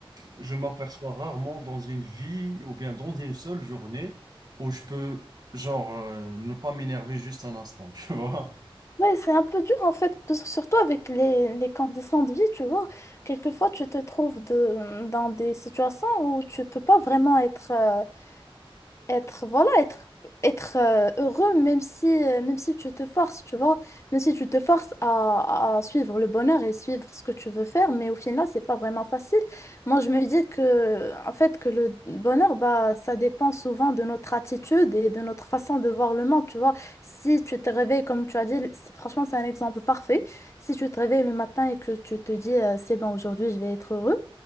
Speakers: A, on the right; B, on the left.
A: je m'aperçois rarement dans une vie ou bien dans une seule journée où je peux, genre, euh, ne pas m'énerver juste un instant, <laughs> tu vois.
B: ouais, c'est un peu dur en fait, parce- que surtout avec les, les conditions de vie, tu vois. Quelquefois, tu te trouves de, dans des situations où tu peux pas vraiment être euh, être voilà être être euh, heureux même si euh, même si tu te forces tu vois même si tu te forces à, à suivre le bonheur et suivre ce que tu veux faire mais au final c'est pas vraiment facile moi je me dis que en fait que le bonheur bah ça dépend souvent de notre attitude et de notre façon de voir le monde tu vois si tu te réveilles comme tu as dit c'est- franchement c'est un exemple parfait si tu te réveilles le matin et que tu te dis euh, c'est bon aujourd'hui je vais être heureux